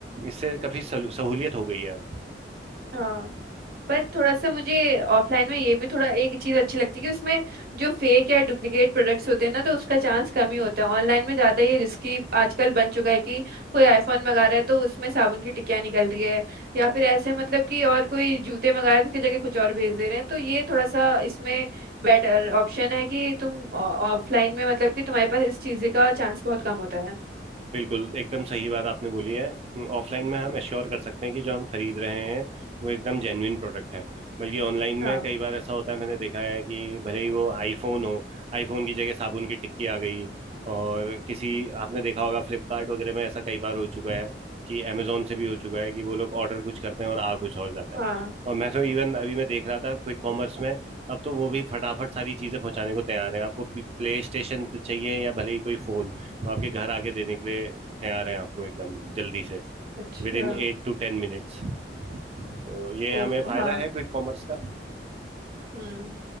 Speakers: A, on the right; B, on the right.
A: इससे काफ़ी सहूलियत हो गई है अब
B: हाँ पर थोड़ा सा मुझे ऑफलाइन में ये भी थोड़ा एक चीज अच्छी लगती है कि उसमें जो फेक या डुप्लीकेट प्रोडक्ट्स होते हैं ना तो उसका चांस कम ही होता है ऑनलाइन में ज्यादा ये रिस्की आजकल बन चुका है कि कोई आईफोन मंगा रहा है तो उसमें साबुन की टिकिया निकल रही है या फिर ऐसे मतलब कि और कोई जूते मंगा रहे हैं उसकी जगह कुछ और भेज दे रहे हैं तो ये थोड़ा सा इसमें बेटर ऑप्शन है कि तुम ऑफलाइन में मतलब कि तुम्हारे पास इस चीज का चांस बहुत कम होता है
A: बिल्कुल एकदम सही बात आपने बोली है ऑफलाइन में हम एश्योर कर सकते हैं कि जो हम खरीद रहे हैं वो एकदम जेन्युइन प्रोडक्ट है बल्कि ऑनलाइन
B: हाँ
A: में कई बार ऐसा होता है मैंने देखा है कि भले ही वो आईफोन हो आईफोन की जगह साबुन की टिक्की आ गई और किसी आपने देखा होगा फ्लिपकार्ट वगैरह में ऐसा कई बार हो चुका है कि अमेजोन से भी हो चुका है कि वो लोग ऑर्डर कुछ करते हैं और आ कुछ और जाता है
B: हाँ
A: और मैं तो इवन अभी मैं देख रहा था क्विक कॉमर्स में अब तो वो भी फटाफट सारी चीज़ें पहुंचाने को तैयार हैं आपको प्ले स्टेशन चाहिए या भले ही कोई फोन वो आपके घर आके देने के लिए तैयार हैं आपको एकदम जल्दी से
B: अच्छा
A: विद इन एट टू टेन मिनट्स तो ये
B: ओ
A: हमें फायदा
B: हाँ
A: है क्विक कॉमर्स का
B: हम्म